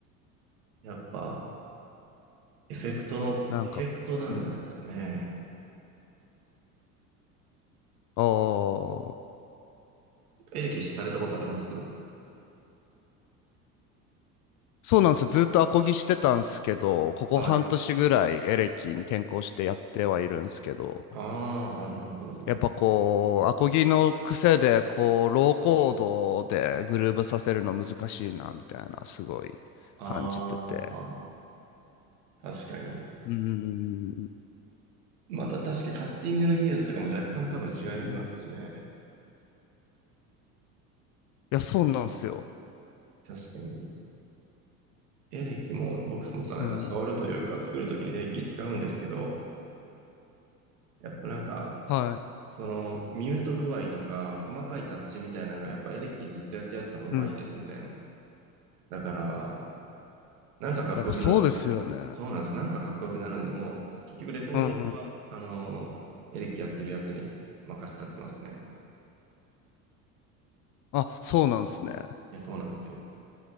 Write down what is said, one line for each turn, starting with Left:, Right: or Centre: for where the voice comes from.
Right: ー、やっぱ、エフェクトの、
Left: なんか、
Right: エフェクトなんじゃないですかね。
Left: うん。ああ、
Right: エレキされたことあります
Left: そうなんですよ。ずっとアコギしてたんですけど、ここ半年ぐらいエレキに転向してやってはいるんですけど、
Right: はい。ああ、バンドのそうですもんね。
Left: やっぱこう、アコギの癖で、こう、ローコードでグルーヴさせるの難しいな、みたいな、すごい感じてて。
Right: ああ、確かに。
Left: うん、
Right: また確かにカッティングの技術とかも若干多分違いますしね。
Left: なんですよね。いや、そうなんですよ。
Right: 確かに。エレキも僕もさ、
Left: うん。
Right: 触るというか作るときにエレキ使うんですけど、やっぱなんか、
Left: は
Right: そのミュート具合とか細かいタッチみたいなのがやっぱエレキずっとやってるやつの方がうまいんで全然。
Left: い。うん。
Right: だから、なんかかっこよくなるんですよね。
Left: やっぱそうですよね。
Right: そうなんです。なんかかっこよくなるんで、もう、結局レコーディングは、
Left: うんうん。
Right: あのー、エレキやってるやつに任せたってますね。
Left: あ、そうなんですね。
Right: いや、そうなんですよ。